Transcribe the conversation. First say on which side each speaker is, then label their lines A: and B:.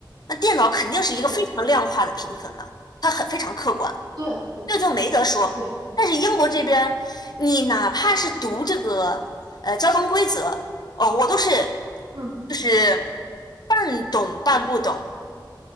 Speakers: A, on the left; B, on the right.
A: 那电脑肯定是一个非常量化的评分嘛，
B: 对
A: 它很非常客观。
B: 对
A: 这就没得说。
B: 对，
A: 但是英国这边儿，你哪怕是读这个呃交通规则，哦，我都是
B: 嗯，
A: 就是半懂半不懂，